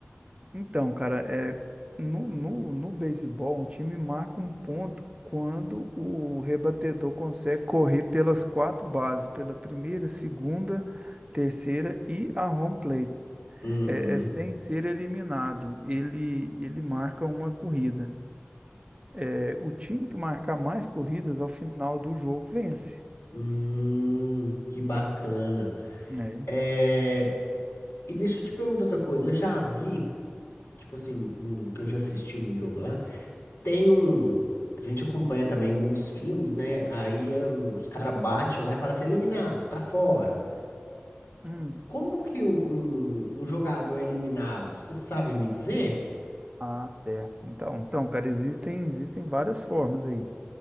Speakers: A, on the right; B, on the left.
A: Então, cara, é, no, no, no beisebol, um time marca um ponto quando o rebatedor consegue correr pelas quatro bases, pela primeira, segunda, terceira e a home plate.
B: Uhum.
A: É, é sem ser eliminado, ele, ele marca uma corrida. É, o time que marcar mais corridas ao final do jogo vence.
B: Hum, que bacana.
A: É.
B: É, e deixa eu te perguntar outra coisa. Eu já vi. tipo assim, o que eu já assisti no jogo lá, tem um. A gente acompanha também muitos filmes, né? Aí eh, os caras batem lá e falam assim, eliminado, tá fora.
A: Hum.
B: Como que um, um, um jogador é eliminado? Você sabe me dizer?
A: Ah, certo. Então, então, cara, existem, existem várias formas aí.